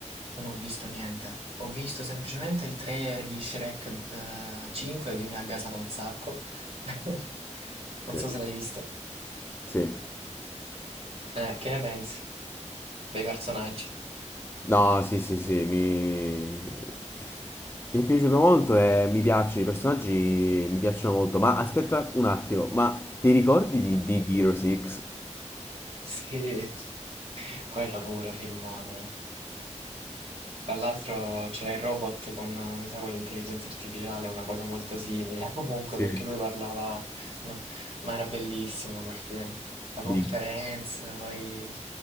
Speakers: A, on the right; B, on the left.
A: non ho visto niente. Ho visto semplicemente il trailer di Shrek, eh, 5 che mi ha gasato un sacco. <laughs> Non
B: Ok.
A: so se l'hai visto.
B: Sì.
A: Eh, che ne pensi dei personaggi?
B: No, sì, sì, sì, mi... mi è piaciuto molto e mi piacciono, i personaggi mi piacciono molto. Ma aspetta un attimo, ma ti ricordi di Big Hero 6?
A: Sì, <laughs> quello pure, filmone. Tra l'altro c'era il robot con, eh, mi sa, con l'intelligenza artificiale, una cosa molto simile, <laughs> comunque
B: Sì.
A: perché lui parlava, no? Ma era bellissimo quel film. La conferenza,
B: Big.
A: poi,